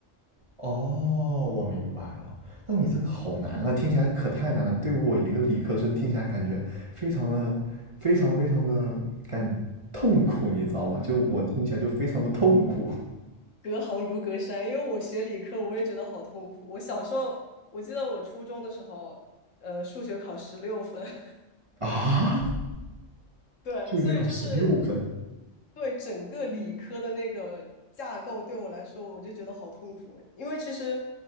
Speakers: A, on the right; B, on the left.
A: 哦，我明白了。那你这个好难啊，听起来可太难了。对我一个理科生听起来感觉非常的、非常非常的感痛苦，你知道吗？就我听起来就非常的痛苦
B: 隔行如隔山，因为我学理科，我也觉得好痛苦。我小时候，我记得我初中的时候，呃，数学考十六分，<laughs>
A: 啊！
B: 对，
A: 数学考十六分，
B: 所以就是对整个理科的那个架构对我来说，我就觉得好痛苦。因为其实